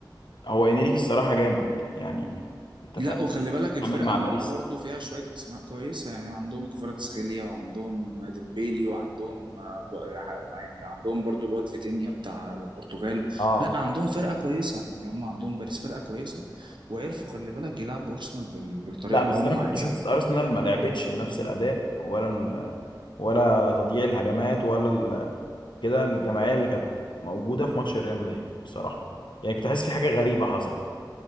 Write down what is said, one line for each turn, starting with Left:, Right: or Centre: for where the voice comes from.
Left: هو انريكي الصراحة جامد يعني انت
Right: لا
Left: فاهم
Right: وخلي بالك الفرقه
Left: عامل مع
Right: اللي
Left: باريس
Right: معاه برضو فيها شويه اسماء كويسه يعني عندهم كفاراتسخيليا وعندهم ديمبيلي وعندهم آه، ب- آه، يعني عندهم برضو الواد فيتينيا بتاع البرتغال
Left: اه
Right: لا عندهم فرقه كويسه يعني هم عندهم باريس فرقه كويسه وعرفوا خلي بالك يلعبوا ارسنال بال- بالطريقه
Left: لا بس
Right: اللي هم
Left: انا كنت
Right: عايزينها
Left: حاسس ارسنال ما لعبتش بنفس الاداء ولا ال... ولا تضييع الهجمات ولا ال... كده الجماعية اللي كانت موجودة في ماتش ريال مدريد بصراحة يعني كنت حاسس في حاجة غريبة حصلت